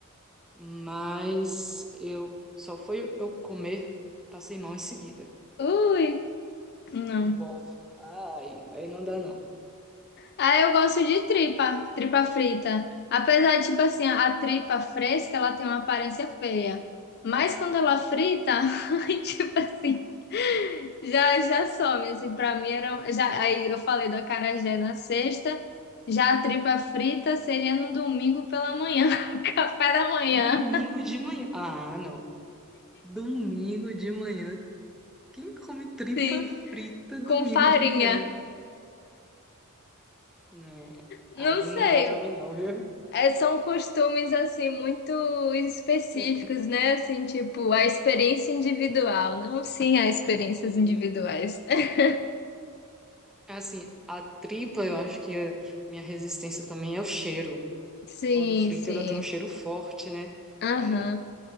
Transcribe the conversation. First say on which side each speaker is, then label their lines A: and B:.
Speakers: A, in the centre; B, on the left.
A: mas eu só foi eu comer, passei mal em seguida.
B: Ui, não.
A: Bof, ai, aí não dá não.
B: Ah, eu gosto de tripa, tripa frita. Apesar de, tipo assim, a tripa fresca, ela tem uma aparência feia. Mas quando ela frita, <laughs> ai, tipo assim, já, já some, assim, pra mim era... um, Já, aí eu falei do acarajé na sexta, já a tripa frita seria no domingo pela manhã, <laughs> café da manhã,
A: Domingo de manhã. Ah, não. Domingo de manhã. Quem come tripa
B: assim,
A: frita domingo
B: com farinha.
A: de manhã? Não.
B: Não
A: Aí
B: sei,
A: não dá pra mim não, viu?
B: É, são costumes assim muito específicos,
A: <laughs>
B: né? Assim, tipo, a experiência individual, não sim há experiências
A: Sim.
B: individuais. <laughs>
A: Assim, a tripa, eu acho que a minha resistência também é o cheiro.
B: Sim,
A: Quando frita,
B: sim.
A: ela tem um cheiro forte, né?
B: Aham.
A: Aí